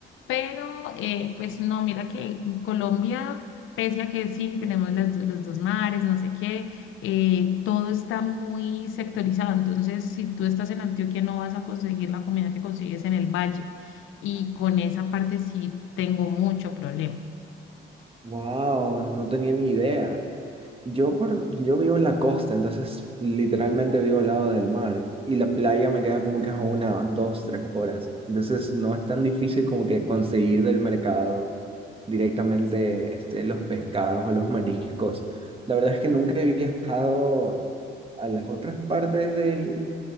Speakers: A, on the left; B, on the right.
A: Pero, eh, pues no, mira que en Colombia, pese a que sí tenemos las los, dos mares, no sé qué, eh, todo está muy sectorizado, entonces si tú estás en Antioquia no vas a conseguir la comida que consigues en el valle y con esa parte sí tengo mucho problema.
B: wow, no tenía ni idea. Yo, por, yo vivo en la costa, entonces literalmente vivo al lado del mar y la playa me queda como que a una, dos, tres horas. Entonces no es tan difícil como que conseguir del mercado directamente este, los pescados o los mariscos. La verdad es que nunca he viajado a las otras partes del,